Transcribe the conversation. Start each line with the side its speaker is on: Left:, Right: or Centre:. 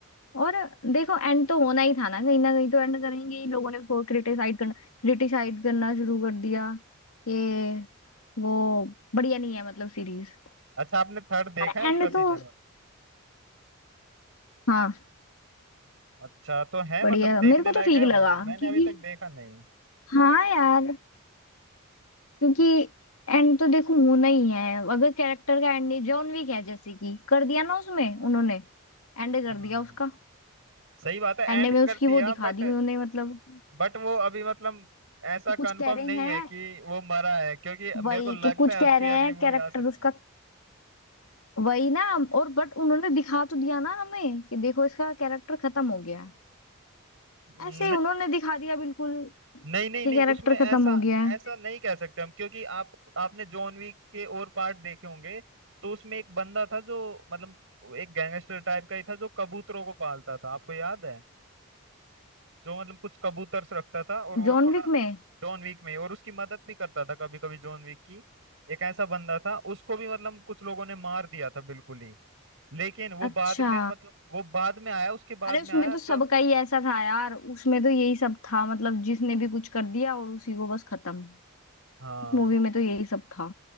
Left: और देखो एंड तो होना ही था ना कहीं ना कहीं तो एंड करेंगे ही लोगों ने उसको क्रिटिसाइड करना क्रिटिसाइड करना शुरू कर दिया कि वो बढ़िया नहीं है मतलब सीरीज
Right: अच्छा आपने थर्ड देखा
Left: पर
Right: है उसका
Left: एंड तो
Right: सीजन
Left: हाँ
Right: अच्छा तो है
Left: बढ़िया
Right: मतलब देखने
Left: मेरे को
Right: लायक
Left: तो ठीक
Right: है वो
Left: लगा
Right: मैंने
Left: क्योंकि
Right: अभी तक देखा नहीं
Left: हाँ यार क्योंकि एंड तो देखो होना ही है अगर कैरेक्टर का एंड नहीं जॉन विक है जैसे कि कर दिया ना उसमें उन्होंने एंड कर
Right: हाँ
Left: दिया उसका
Right: सही बात है
Left: एंड
Right: एंड
Left: में उसकी
Right: कर दिया
Left: वो दिखा
Right: बट
Left: दी उन्होंने मतलब
Right: बट वो अभी मतलब ऐसा
Left: कुछ
Right: कंफर्म
Left: कह रहे
Right: नहीं
Left: हैं
Right: है कि वो मरा है क्योंकि
Left: वही
Right: मेरे को लगता
Left: कि कुछ
Right: है
Left: कह
Right: उसकी
Left: रहे
Right: अगली
Left: हैं
Right: मूवी
Left: कैरेक्टर
Right: आ सकती
Left: उसका
Right: है
Left: वही ना और बट उन्होंने दिखा तो दिया ना हमें कि देखो इसका कैरेक्टर खत्म हो गया है
Right: न,
Left: ऐसे ही उन्होंने दिखा दिया बिल्कुल
Right: नहीं नहीं
Left: कि
Right: नहीं
Left: कैरेक्टर
Right: उसमें ऐसा
Left: खत्म हो गया है
Right: ऐसा नहीं कह सकते हम क्योंकि आप आपने जॉन विक के और पार्ट देखे होंगे तो उसमें एक बंदा था जो मतलब एक गैंगस्टर टाइप का ही था जो कबूतरों को पालता था आपको याद है जो मतलब कुछ कबूतर से रखता था और वो
Left: जॉन
Right: थोड़ा
Left: विक में
Right: जॉन विक में और उसकी मदद भी करता था कभी कभी जॉन विक की एक ऐसा बंदा था उसको भी मतलब कुछ लोगों ने मार दिया था बिल्कुल ही लेकिन वो
Left: अच्छा
Right: बाद में मतलब वो बाद में आया उसके बाद
Left: अरे उसमें
Right: में आया
Left: तो सबका
Right: तब
Left: ही ऐसा था यार उसमें तो यही सब था मतलब जिसने भी कुछ कर दिया और उसी को बस खत्म
Right: हाँ
Left: उस मूवी में तो यही सब था